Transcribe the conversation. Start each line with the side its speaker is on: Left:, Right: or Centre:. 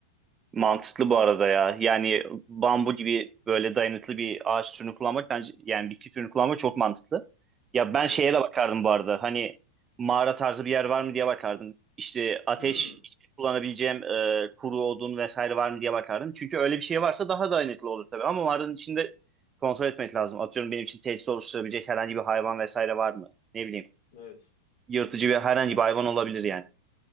Right: Mantıklı bu arada ya. Yani bambu gibi böyle dayanıklı bir ağaç türünü kullanmak bence yani bitki türünü kullanmak çok mantıklı. Ya ben
Left: Evet.
Right: şeye de bakardım bu arada. Hani mağara tarzı bir yer var mı diye bakardım. İşte ateş
Left: Hmm,
Right: işte kullanabileceğim e, kuru odun vesaire var mı diye bakardım. Çünkü öyle bir şey varsa daha dayanıklı olur tabii. Ama mağaranın içinde kontrol etmek lazım. Atıyorum benim için tehdit oluşturabilecek herhangi bir hayvan vesaire var mı? Ne bileyim.
Left: evet.
Right: Yırtıcı bir herhangi
Left: Ya
Right: bir hayvan olabilir yani.